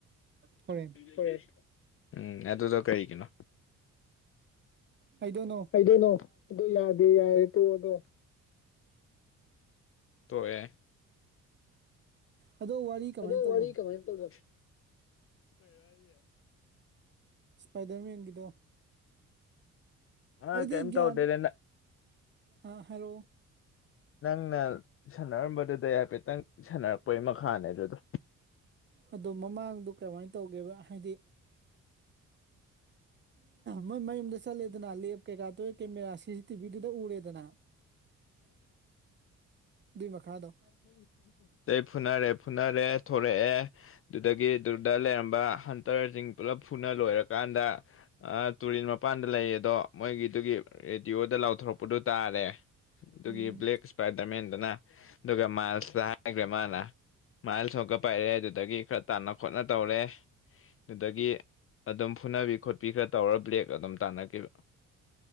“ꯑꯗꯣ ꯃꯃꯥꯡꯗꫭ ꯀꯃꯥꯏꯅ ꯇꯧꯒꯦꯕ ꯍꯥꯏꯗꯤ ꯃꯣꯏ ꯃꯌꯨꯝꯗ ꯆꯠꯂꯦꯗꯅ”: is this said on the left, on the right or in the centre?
Right